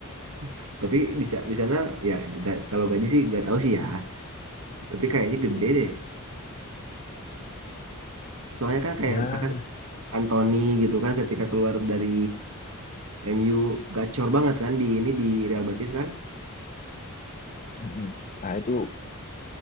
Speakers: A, on the right; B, on the left.
A: Ah, tapi di, sa- di sana ya nggak- kalau gaji sih gak tahu sih ya tapi kayaknya gede deh soalnya kan kayak
B: Ya
A: misalkan Anthony gitu kan ketika keluar dari MU gacor banget kan di ini di Real Betis kan?
B: Mm-mm. Nah itu